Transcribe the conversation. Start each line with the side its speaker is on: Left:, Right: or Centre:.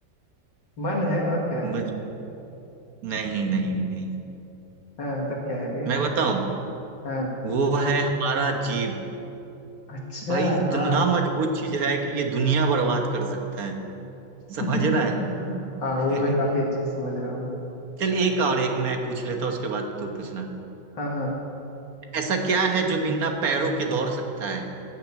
Left: मन है और क्या है
Right: मज नहीं नहीं नहीं
Left: हाँ तब क्या है बे
Right: मैं बताऊं
Left: हाँ
Right: वो है हमारा जीभ
Left: अच्छा
Right: भाई इतना
Left: हाँ
Right: मजबूत चीज है कि ये दुनिया बर्बाद कर सकता है समझ
Left: <laughs>
Right: रहा
Left: हाँ वो
Right: है
Left: मैं काफी अच्छे से समझ रहा हूँ
Right: <laughs> चल एक और एक मैं पूछ लेता हूं उसके बाद तू पूछना
Left: हाँ हाँ
Right: ऐसा क्या है जो बिना पैरों के दौड़ सकता है